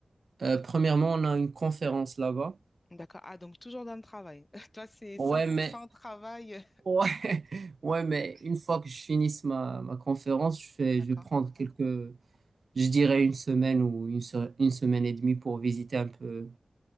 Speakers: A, on the right (about 75°); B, on the left (about 30°).
A: euh, premièrement, on a une conférence là-bas.
B: D'accord. Ah, donc toujours dans le travail. <laughs> Toi, c'est
A: Ouais,
B: 100%
A: mais,
B: travail.
A: ouais, <laughs> ouais, mais une fois que je finisse ma, ma conférence, je fais,
B: <laughs> D'accord.
A: je vais prendre quelques, je dirais une semaine ou une, se- une semaine et demie pour visiter un peu